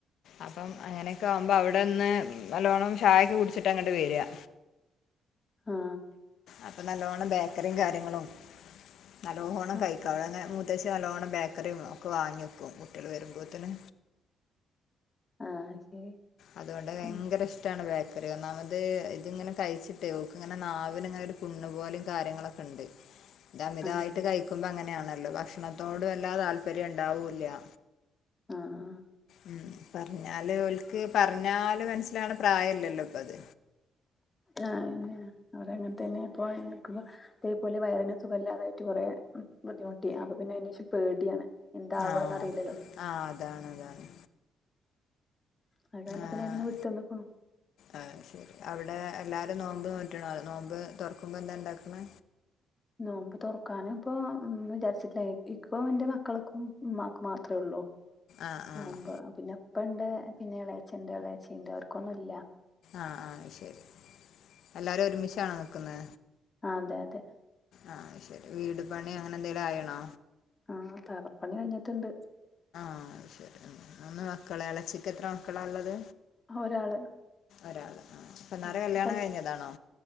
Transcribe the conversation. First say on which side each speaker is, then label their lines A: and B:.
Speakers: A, on the left (about 75°); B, on the left (about 25°).
A: അപ്പം അങ്ങനെയൊക്കെ ആകുമ്പോ അവിടെന്ന് നല്ലോണ്ണം ചയൊക്കെ കുടിച്ചിട്ട അങ്ങ്ട്ട് വര്യാ
B: ആ
A: അപ്പൊ നല്ലവണം ബേക്കറിയും കാര്യങ്ങളും നല്ലോണം
B: ആ
A: കൈയിക്കും അതന്നെ മൂത്തചേ നല്ലോണം ബേക്കറിയും ഒക്കെ വാങ്ങി വെക്കും കുട്ടികള് വരുമ്പോത്തിന്
B: ആ ശരി
A: അതുകൊണ്ട് ഭയങ്കര
B: ഉം,
A: ഇഷ്ടമാണ് ബാഗ് ഒന്നാമത് ഇതിങ്ങനെ കഴിച്ചിട്ട് ഓൾക്ക് ഇങ്ങനെ നാവിന് ഇങ്ങനെ ഒരു പുണ്ണ് പോലെ കാര്യങ്ങളൊക്കെ ഉണ്ട് ഇത് അമിതായിട്ട്
B: ആ
A: കഴിക്കുമ്പോ അങ്ങനെയാണല്ലോ ഭക്ഷണത്തോട് വല്ലാതെ താല്പര്യം ഉണ്ടാവൂല്ലാ
B: ആഹ് ആഹ്
A: ഉം പറഞ്ഞാല് ഓൽക്ക് പറഞ്ഞാല് മനസ്സിലാവണ പ്രായല്ലല്ലോ ഇപ്പത്
B: ആ അതെന്ന അത് അങ്ങനെ തന്നെ ഇപ്പ എനിക്ക് ഇതേപോലെ വയറിന് സുഖമില്ലാതായിട്ട് കൊറേ ബുദ്ധിമുട്ടി അപ്പൊ പിന്നെ അതിന് ശേഷം പേടിയാണ് എന്താവും
A: ആഹ്
B: എന്ന് അറിയില്ലല്ലോ
A: ആഹ് അതാണ് അതാണ്
B: അത് കാരണം
A: ആഹ്
B: പിന്നെ അതീന്ന് വിട്ടുനിന്ന്ക്ക്ണു
A: ആഹ് ശരി അവിടെ എല്ലാരും നോമ്പ് നോറ്റണ നോമ്പ് തുറക്കുമ്പോ എന്താ ഇണ്ടാക്കണ്
B: നോമ്പ് തുറക്കാനും ഇപ്പൊ വിചാരിച്ചിട്ടില്ല ഇക്കും എന്റെ മക്കൾക്കും ഉമ്മാക്കും മാത്രമേ ഉള്ളൂ
A: ആഹ്
B: നോമ്പ്
A: ആഹ്
B: പിന്നെ ഇപ്പ ഉണ്ട് പിന്നെ എളയച്ഛൻണ്ട് ഇളയച്ചിണ്ട് അവർക്കൊന്നും ഇല്ല
A: ആഹ് ആഹ് ശരി എല്ലാരും ഒരുമിച്ചാണോ നിക്കുന്നെ
B: അതെ അതെ
A: ആഹ് ശരി വീട് പണി അങ്ങനെ എന്തേലും ആയേണോ
B: ആ തറപ്പണി കഴിഞ്ഞിട്ടുണ്ട്
A: ആ അത് ശരി മൂന്ന് മക്കള് ഇളച്ചിക്ക് എത്ര മക്കളാ ഉള്ളത്
B: ആ ഒരാള്
A: ഒരാള് ഇപ്പ ഇന്നാരെ
B: ആഹ് അപ്പൊ
A: കല്യാണം
B: കല്
A: കഴിഞ്ഞതാണോ